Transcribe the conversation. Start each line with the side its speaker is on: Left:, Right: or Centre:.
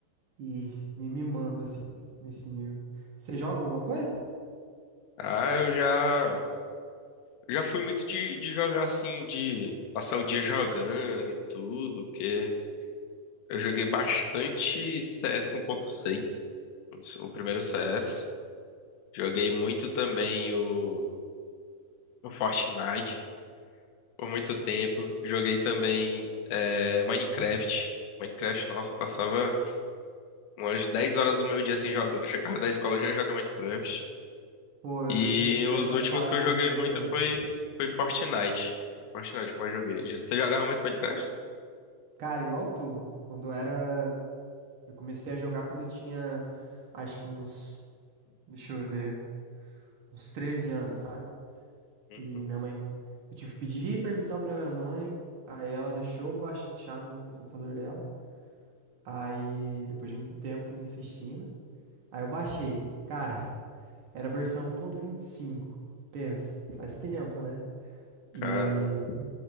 Right: e me mimando assim, nesse nível. Você joga alguma coisa?
Left: Ah, eu já, eu já fui muito de, de jogar assim, de passar o dia jogando e tudo, que eu joguei bastante CS 1.6, o do- o primeiro CS. Joguei muito também o, o Fortnite. por muito tempo. Joguei também é, Minecraft. Minecraft, nossa, eu passava umas 10 horas do meu dia assim jogando. Eu Chegava da escola eu já jogava Minecraft.
Right: Pô, eu,
Left: E
Right: eu tive
Left: os
Right: essa
Left: últimos
Right: fase
Left: que eu joguei
Right: do Minecraft.
Left: muito foi, foi Fortnite. Foi Fortnite que eu mais joguei. Você jogava muito Minecraft?
Right: Cara, igual tu, quando eu era. Eu comecei a jogar quando eu tinha, acho que uns. Deixa eu ver. uns 13 anos, sabe?
Left: Uhum.
Right: E minha mãe, eu tive que pedir permissão pra minha mãe, aí ela deixou eu baixar no, no computador dela. Aí, depois de muito tempo insistindo, aí eu baixei. Cara, era a versão um ponto vinte e cinco. Pensa, faz tempo, né? E
Left: Caramba,